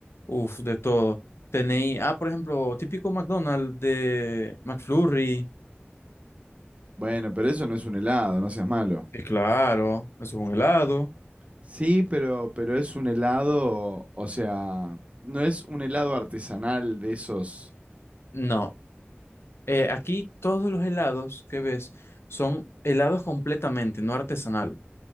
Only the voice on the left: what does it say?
uff, de todo. Tenéis, ah, por ejemplo, típico McDonald's de McFlurry,
que claro, eso es un helado.
No, eh, aquí todos los helados que ves son helados completamente, no artesanal.